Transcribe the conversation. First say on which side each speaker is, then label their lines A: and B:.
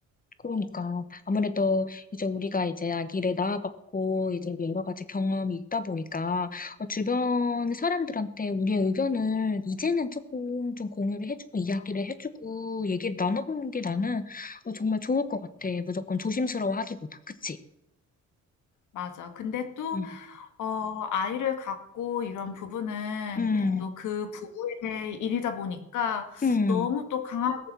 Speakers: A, on the left; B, on the left.
A: 그러니까 아무래도 이제 우리가 이제 아기를 낳아봤고 이제 뭐 여러 가지 경험이 있다 보니까 어, 주변 사람들한테 우리의 의견을 이제는 조금 좀 공유를 해주고 이야기를 해주고 얘기를 나눠보는 게 나는 어, 정말 좋을 것 같아. 무조건 조심스러워하기보다, 그치?
B: 맞아. 근데 또
A: 응,
B: 어, 아이를 갖고 이런 부부는
A: 응,
B: 또 그 부부의 일이다 보니까
A: 응,
B: 너무 또 강하게,